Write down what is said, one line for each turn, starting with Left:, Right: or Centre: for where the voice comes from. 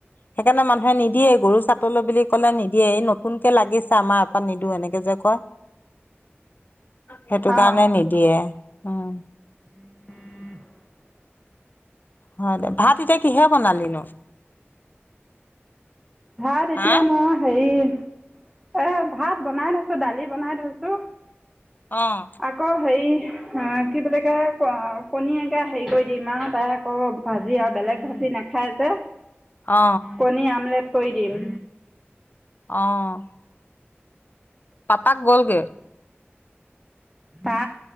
Left: সেইকাৰণে মানুহে নিদিয়ে গৰু চাতলৈ বুলি ক'লে নিদিয়ে নতুনকে লাগিছে আমাৰ এপাত নিদো এনেকে যে কয় সেইটো কাৰণে
Centre: অঁ
Left: নিদি দিয়ে উম
Centre: <unintelligible>
Left: হয় দে ভাত এতিয়া কিহেৰে বনালি নো
Centre: ভাত এতিয়া
Left: হা
Centre: মই হেৰি এ ভাত বনাই থৈছোঁ দালি বনাই থৈছোঁ
Left: অঁ
Centre: আকৌ হেৰি কি বুলি কয় ক কণী এতিয়া হেৰি কৰি দিম আও তাই আকৌ ভাজি আৰু বেলেগ ভাজি নেখায় যে
Left: অ
Centre: কণী আমলেট কৰি দিম
Left: অঁ পাপাক গ'লগে
Centre: তা